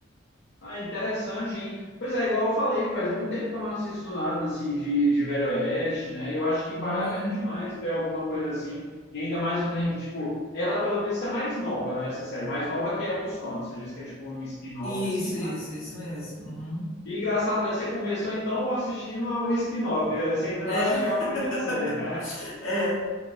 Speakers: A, on the left; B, on the left.
A: Ah, interessante, hein? Pois é, igual eu falei, faz muito tempo que eu não assisto nada assim de, de Velho Oeste, né? E eu acho que vale
B: Uhum,
A: a pena demais ver alguma coisa assim. E ainda mais
B: uhum.
A: um trem que, tipo, ela pelo visto é mais nova, né? Essa série, mais nova que Yellowstone. Você diz que é tipo um spin-off
B: Isso,
A: assim, né?
B: isso, isso mesmo. Uhum.
A: E engraçado, é, você começou então assistindo o spin-off, você ainda não
B: É,
A: assistiu a primeira série. <laughs>
B: <laughs> é,